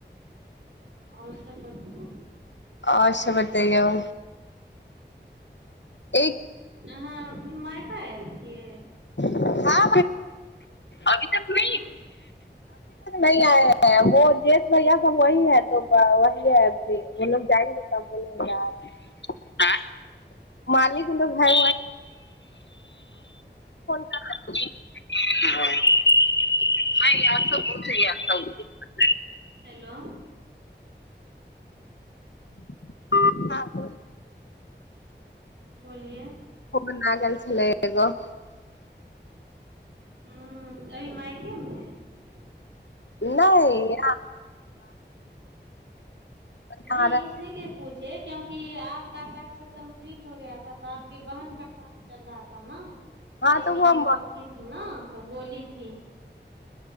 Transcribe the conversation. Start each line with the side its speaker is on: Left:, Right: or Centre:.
Right: और सब बढ़िया
Left: आओर सब बतैयौ एक
Right: अहाँ मायका आयल छियै
Left: हँ अभी तक न
Right: उं
Left: आय है जे भैया सब वह है वी है लोग जाएंगे त बोले है मालिक लोग है <unintelligible>
Right: हेलो
Left: ह
Right: बोलिए
Left: <unintelligible>
Right: <unintelligible> <unintelligible>
Left: नहि
Right: नहि
Left: हँ
Right: इसीलिए पूछे कि की आपका टास्क कम्प्लीट हो गया तऽ आपके बहन का टास्क चल रहा था ने एक
Left: तऽ
Right: एक
Left: वो
Right: दिन कॉल कीथ न तऽ बोली ी